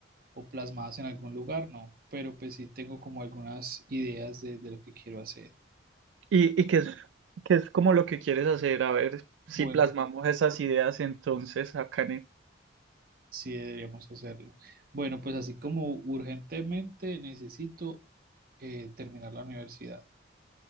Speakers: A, on the right; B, on the right.
A: o plasmadas en algún lugar, no, pero pues sí tengo como algunas ideas de, de lo que quiero hacer.
B: ¿Y, y qué es, qué es como lo que quieres hacer? A ver
A: Bueno,
B: si plasmamos esas ideas entonces acá en el...
A: sí deberíamos hacerlo. Bueno, pues así como urgentemente necesito eh, terminar la universidad.